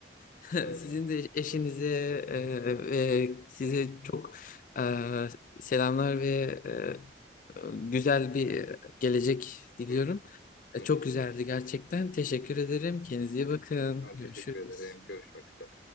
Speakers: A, on the left (about 45°); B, on the left (about 70°).
A: <laughs>
B: Ee,
A: sizin de eşinize
B: hı. Hı
A: e,
B: hı.
A: ve size
B: Hı
A: çok e, selamlar ve e, güzel bir gelecek diliyorum.
B: hı.
A: E,
B: Hı
A: çok
B: hı.
A: güzeldi gerçekten. Teşekkür ederim. Kendinize iyi bakın.
B: Ben
A: Görüşürüz.
B: teşekkür ederim. Görüşmek üzere.